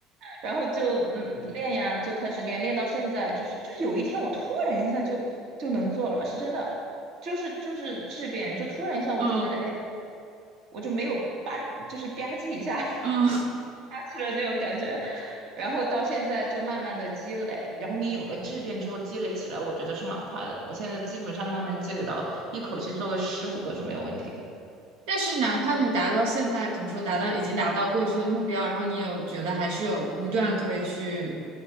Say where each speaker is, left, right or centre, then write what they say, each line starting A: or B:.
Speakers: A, on the right (about 50°); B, on the right (about 85°).
A: 然后就嗯练呀，就开始练，练到现在就是就有一天我突然一下就就能做了，是真的，就是就是质变，就突然一下我就觉得哎
B: 嗯
A: 我就没有吧，就是吧唧一下 <laughs> 下
B: 嗯，
A: 去了那种感觉。然后到现在就慢慢的积累，然后你有了质变之后积累起来，我觉得是蛮快的。我现在基本上慢慢积累到一口气做个十五个是没有问题的。
B: 但是哪怕你达到现在，怎么说，达到已经达到过去的目标，然后你有觉得还是有不断可以去